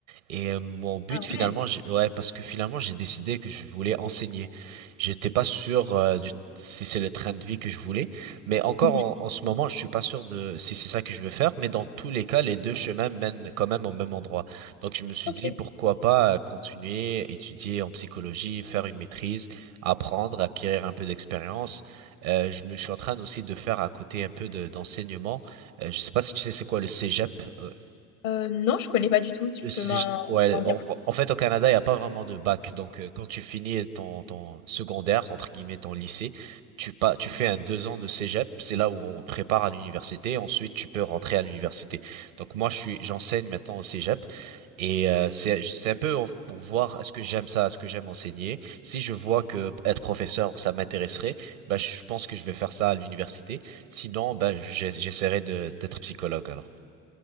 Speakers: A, on the right; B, on the left.
A: Et euh, mon but
B: Ah
A: finalement,
B: ouais.
A: j'ai- ouais, parce que finalement j'ai décidé que je voulais enseigner. J'étais pas sûr euh, du si c'est le train de vie que je voulais, mais encore
B: Mhm.
A: en, en ce moment, je suis pas sûr de si c'est ça que je veux faire. Mais dans tous les cas, les deux chemins mènent quand même au même endroit. Donc je me suis
B: Ok.
A: dit pourquoi pas euh, continuer, étudier en psychologie, faire une maîtrise, apprendre, acquérir un peu d'expérience. Euh, je me, je suis en train aussi de faire à côté un peu de- d'enseignement. Euh, je sais pas si tu sais c'est quoi le cégep euh,
B: Euh, non, je connais pas du tout. Tu
A: c'est-
B: peux m'en
A: Ouais,
B: m'en dire.
A: en, en fait, au Canada, il n'y a pas vraiment de bac. Donc, euh, quand tu finis ton, ton secondaire, entre guillemets, ton lycée, tu, pas, tu fais un deux ans de cégep. C'est là où on te prépare à l'université. Ensuite, tu peux rentrer à l'université. Donc, moi, je suis, j'enseigne maintenant au cégep. Et euh, c'est, c'est un peu pour voir est-ce que j'aime ça, est-ce que j'aime enseigner. Si je vois que être professeur, ça m'intéresserait, bah, je pense que je vais faire ça à l'université. Sinon, bah, j'ai- j'essaierai de, d'être psychologue alors.